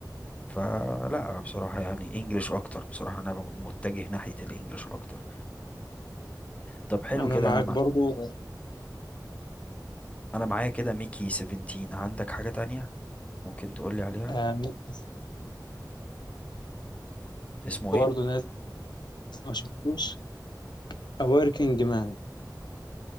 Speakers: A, on the left; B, on the left.
A: فلا بصراحة يعني انجلش اكتر بصراحة انا ب- متجه ناحية الانجليش اكتر طب حلو
B: انا
A: كده
B: معاك
A: انا
B: برضو
A: مع... انا معايا كده ميكي 17 عندك حاجة تانية ممكن تقولي عليها
B: آه، ممكن-
A: اسمه
B: وبرضو
A: ايه
B: نازل ما شفتوش A Working Man